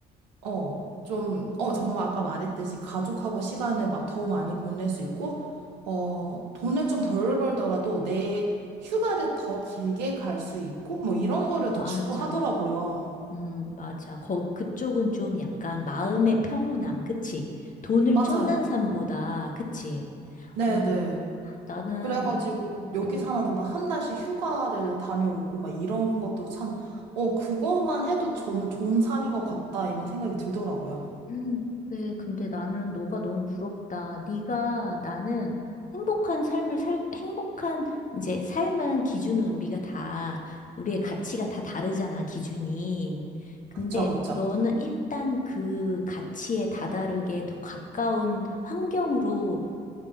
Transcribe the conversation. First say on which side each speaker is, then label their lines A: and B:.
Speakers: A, on the right; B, on the left.
A: 어, 좀, 어, 정말 아까 말했듯이 가족하고 시간을 막 더 많이 보낼 수 있고, 어, 돈을 좀 덜 벌더라도 내 휴가를 더 길게 갈 수 있고, 뭐 이런 거를 더
B: 맞아.
A: 추구하더라고요.
B: 음, 맞아. 거, 그쪽은 좀 약간 마음의 평온함, 그치? 돈을
A: 맞아요.
B: 쫓는 삶보다, 그치?
A: 네네.
B: 어, 나는,
A: 그래가지고 여기
B: 음,
A: 사나도 막 한 달씩 휴가를 다녀오고 막 이런 것도 참, 어, 그것만 해도 저는 좋은 삶인 것 같다 이런 생각이 들더라고요.
B: <clears throat> 음, 그래, 근데 나는 너가 너무 부럽다. 네가, 나는 행복한 삶을 살, 행복한, 이제 삶은 기준은 우리가 다, 우리의 가치가 다 다르잖아, 기준이. 근데
A: 그쵸, 그쵸.
B: 너는 일단 그 가치에 다다르게 더 가까운 환경으로